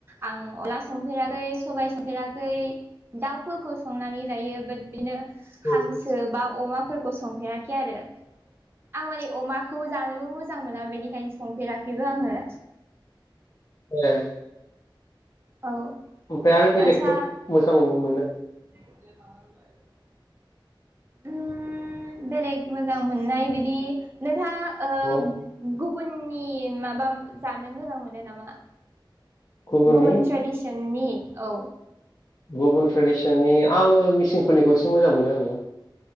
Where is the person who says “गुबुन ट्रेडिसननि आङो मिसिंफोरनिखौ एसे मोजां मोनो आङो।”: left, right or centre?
Left